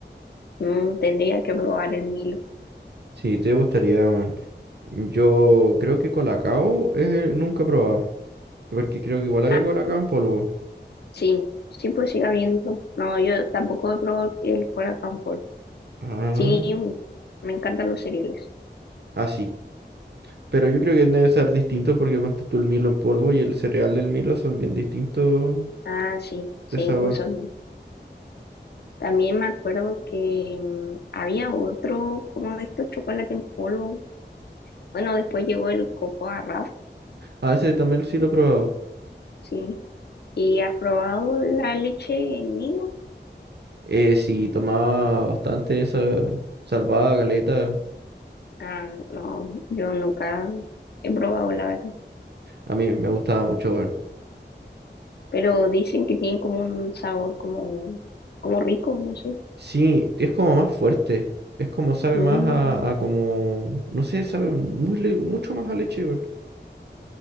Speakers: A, on the left; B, on the right.
A: mm, tendría que probar el Milo.
B: Sí, te gustaría, weón. Yo creo que Colacao eh, nunca he probado, porque creo que igual había
A: Ah,
B: Colacao en polvo.
A: sí, sí, pues siga viendo. No, yo tampoco he probado el cola con polvo.
B: Ah,
A: Sí, me encantan los cereales.
B: ah, sí. Pero yo creo que deben ser distintos porque ponte tú el Milo en polvo y el cereal del Milo son bien distintos
A: Ah, sí, sí,
B: de sabor.
A: pues son. También me acuerdo que mm, había otro, como de estos chocolate en polvo. Bueno, después llegó el coco a Raf,
B: Ah, ese también sí lo he probado.
A: sí. ¿Y has probado la leche en nido?
B: Eh, sí, tomaba bastante esa salvada galeta.
A: Ah, no, yo nunca he probado la verdad.
B: A mí me gustaba mucho, weón.
A: pero dicen que tienen como un sabor como, como rico, no sé.
B: Sí, es como más fuerte. Es como sabe
A: Mm,
B: más a, a como, no sé, sabe muy, le- mucho más a leche, weón.